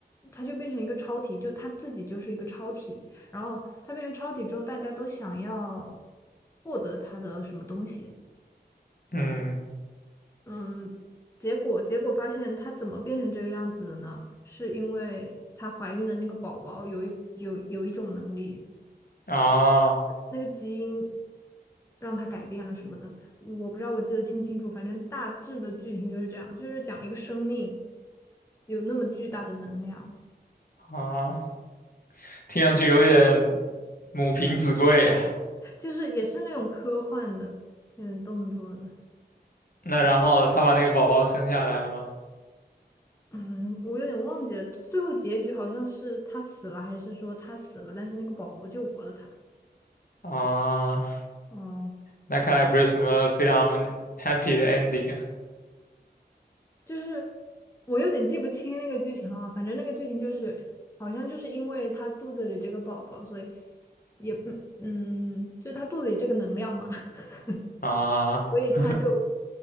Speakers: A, on the left (about 15°); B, on the left (about 55°).
A: 她就变成一个超体，就她自己就是一个超体。然后她变成超体之后，大家都想要获得她的什么东西，
B: 嗯，
A: 嗯，结果结果发现她怎么变成这个样子的呢？是因为她怀孕的那个宝宝有一有有一种能力，
B: 啊
A: 那个基因让她改变了什么的，我不知道我记得清不清楚，反正大致的剧情就是这样，就是讲一个生命有那么巨大的能量，
B: 啊，听上去有点母凭子贵呀。
A: 就是也是那种科幻的，有点动作的。
B: 那然后他把那个宝宝生下来了吗？
A: 嗯，我有点忘记了，最后结局好像是她死了，还是说她死了，但是那个宝宝救活了她。
B: 啊，
A: 哦，
B: 那看来不是什么非常 happy 的 ending
A: 就是我有点记不清那个剧情了啊反正那个剧情就是好像就是因为他肚子里这个宝宝，所以也嗯嗯，就他肚子里这个能量吧，<laughs>
B: 啊。
A: 所以他就
B: 啊，